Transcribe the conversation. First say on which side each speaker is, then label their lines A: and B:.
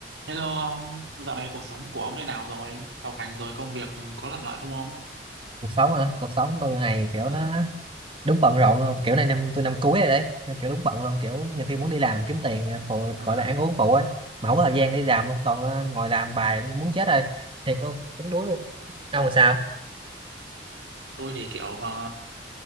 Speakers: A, on the right; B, on the right.
A: Hello ông, dạo này cuộc sống của ông thế nào rồi? Học hành rồi công việc có thuận lợi không ông?
B: cuộc sống hả cuộc sống tôi này kiểu
A: Ờ,
B: nó đúng bận rộn luôn kiểu này năm tôi năm cuối rồi đấy nên kiểu đúng bận luôn kiểu nhiều khi muốn đi làm kiếm tiền phụ,
A: ờ,
B: gọi là ăn uống phụ á mà không có thời gian đi làm luôn toàn là ngồi làm bài nó muốn chết rồi thiệt luôn tính đuối luôn ông làm sao
A: tôi thì kiểu ờ,